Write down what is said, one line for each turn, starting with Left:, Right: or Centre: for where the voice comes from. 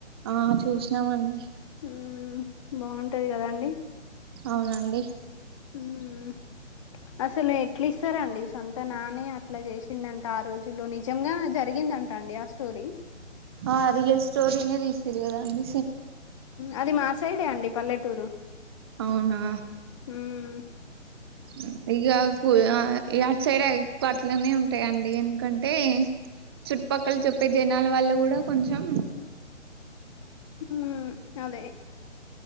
Right: ఆహ్ చూస్నామండి.
Left: ఉమ్ బాగుంటది కదాండి.
Right: అవునండి.
Left: ఉమ్ అసలు ఎట్లా ఇస్తరండి. సొంత నానే అట్లా చేసిండంటా ఆ రోజుల్లో నిజంగా జరిగిందంట అండి ఆ స్టోరీ.
Right: ఆహ్ రియల్ స్టోరి నే తీసింరు కదాండి.
Left: అది మా సైడే అండి పల్లెటూరు.
Right: అవునా.
Left: హ్మ్
Right: ఉమ్మ్. ఇగ కుల్ ఆహ్ ఏ అట్ సైడూ ఎక్వ అట్లనే ఉంటాయండి ఎందుకంటే. చుట్టుపక్కల చెప్పే జనాల వల్ల కూడా కొంచెం.
Left: ఉమ్ అదే